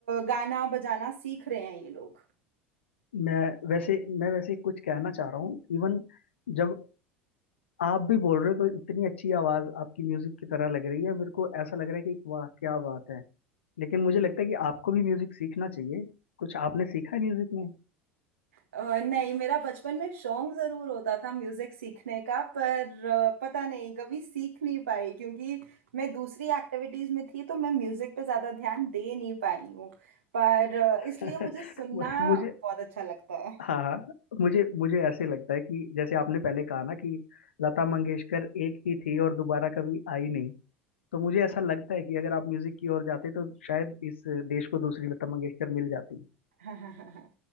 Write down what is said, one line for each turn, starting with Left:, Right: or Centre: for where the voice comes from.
Right: गाना बजाना सीख रहे हैं ये लोग
Left: मैं वैसे मैं वैसे कुछ कहना चाह रहा हूँ इवन जब आप भी बोल रहे हो तो इतनी अच्छी आवाज आपकी म्यूजिक की तरह लग रही है मेरे को ऐसा लग रहा है कि वाह क्या बात है लेकिन मुझे लगता है कि आपको भी म्यूजिक सीखना चाहिए कुछ आपने सीखा है म्यूजिक में
Right: अ, नहीं मेरा बचपन में शौक जरूर होता था म्यूजिक सीखने का पर अ, पता नहीं कभी सीख नहीं पाई क्योंकि मैं दूसरी एक्टिविटीज में थी तो मैं म्यूजिक पे ज्यादा ध्यान दे नहीं पाई हूँ पर अ,
Left: <laughs>
Right: इसलिए मुझे सुनना
Left: मुझे
Right: बहुत अच्छा लगता है
Left: हाँ हाँ मुझे मुझे ऐसे लगता है कि जैसे आपने पहले कहा ना कि लता मंगेशकर एक ही थी और दोबारा कभी आई नहीं तो मुझे ऐसा लगता है कि अगर आप म्यूजिक की ओर जाते तो शायद इस देश को दूसरी लता मंगेशकर मिल जाती
Right: <laughs>